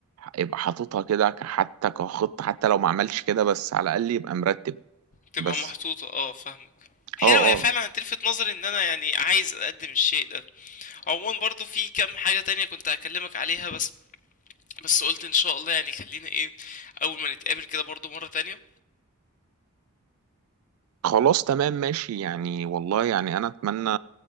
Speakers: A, on the right (about 70°); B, on the left (about 35°).
A: يبقى حاططها كده ك- حتى كخطة حتى لو ما عملش كده بس على الاقل يبقى مرتب
B: تبقى
A: بس
B: محطوطة اه فاهمك حلو
A: اه
B: هي
A: اه
B: فعلا هتلفت نظري ان انا يعني عايز اقدم الشيء ده عموما برضو في كام حاجة تانية كنت هكلمك عليها بس بس قلت ان شاء الله يعني خلينا ايه اول ما نتقابل كده برضو مرة تانية
A: خلاص تمام ماشي يعني والله يعني انا اتمنى